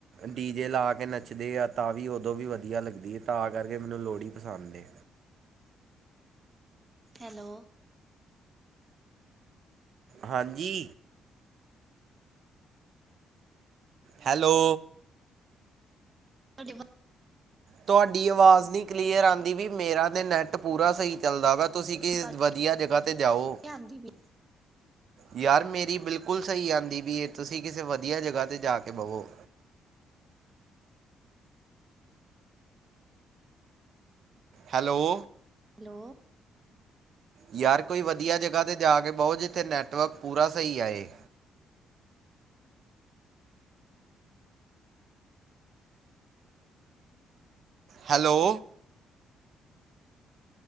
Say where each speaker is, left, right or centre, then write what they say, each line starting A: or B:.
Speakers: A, on the right (about 60°); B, on the right (about 30°).
A: ਡੀ ਜੇ ਲੈ ਕੇ ਨ ਆ ਤਾਂ ਵੀ ਉਦੋਂ ਵੀ ਵਧੀਆ ਵਧੀਆ ਲੱਗਦੀ ਹੈ ਤਾਂ ਕਰਕੇ ਮੈਨੂੰ ਲੋਹੜੀ ਪਸੰਦ ਏ।
B: ਹੈਲੋ।
A: ਹਾਂਜੀ। ਹੈਲੋ।
B: ਤੁਹਾਡੀ
A: ਤੁਹਾਡੀ ਆਵਾਜ਼ ਨੀ ਕਲੀਅਰ ਆਉਂਦੀ ਵੀ ਮੇਰਾ ਤੇ ਨੈਟ ਪੂਰਾ ਸਹੀ ਚੱਲਦਾ ਵਾ ਤੁਸੀਂ ਕਿਸ
B: ਕੱਟ
A: ਵਧੀਆ
B: ਕੇ
A: ਜਗ੍ਹਾ ਤੇ ਜਾਓ।
B: ਆਂਦੀ ਪਈ
A: ਯਾਰ ਮੇਰੀ ਬਿਲਕੁਲ ਸਹੀ ਆਉਂਦੀ ਵੀ ਇਹ ਤੁਸੀਂ ਕਿਸੇ ਵਧੀਆ ਜਗ੍ਹਾ ਤੇ ਜਾ ਕੇ ਬਵੋ। ਹੈਲੋ।
B: ਹੈਲੋ
A: ਯਾਰ ਕੋਈ ਵਧੀਆ ਜਗ੍ਹਾ ਤੇ ਜਾ ਕੇ ਬਹੁ ਜਿੱਥੇ ਨੈਟਵਰਕ ਪੂਰਾ ਸਹੀ ਆਏ। ਹੈਲੋ।